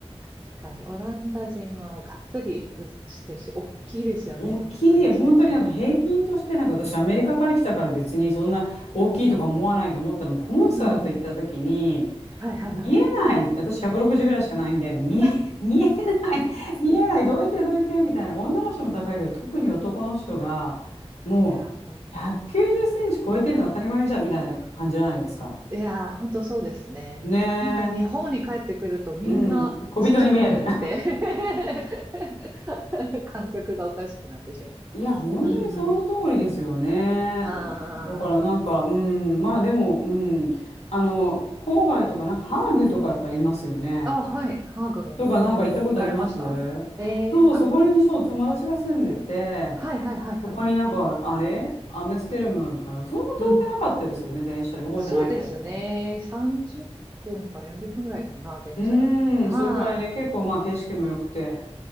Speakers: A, on the right; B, on the left.
A: 確かに、オランダ人はもうがっつりしてるし、大きいですよね。
B: 大きい、
A: 本当に、
B: 本当になんか平均としてなんか私アメリカから来たから別にそんな大きいとか思わないと思ったのコンサート行った時に
A: そうそう。うんうん。はいはいはい。
B: 見えない、私160ぐらいしかないんで、見え、
A: あ
B: <laughs> 見えない、見えない、どいてどいてみたいな女の人も高いけど特に男の人がもう
A: いや、そう。
B: 190センチ超えてるの当たり前じゃんみたいな感じじゃないですか。
A: いやー、ほんとそうですね。
B: ね
A: なんか日本に帰ってくるとみんなちっちゃく見えて
B: え。うん、小人に見える。
A: <laughs> 感覚がおかしくなってしまう。
B: いや、本当にその通りですよね。
A: うんうん。あ
B: だからなんか、
A: ー、
B: うん、まあでも、うん、あの、郊外とかな、ハーグとかってありますよね。
A: あ、はい、ハーグも、
B: とかなんか行ったことあります
A: うん、行かれましたえー、
B: そう、
A: あ、
B: そこにそう、友達が住んでて、
A: はいはいはいは
B: そこになんか、あれアムステルムから、そんな遠くなかったですよね、
A: い。うん。
B: 電車で。覚えてないけど。
A: そうですね。30分から40分ぐらいかな、電車だったら。
B: うーん、
A: は
B: それくらいで結構まあ景色も良くて、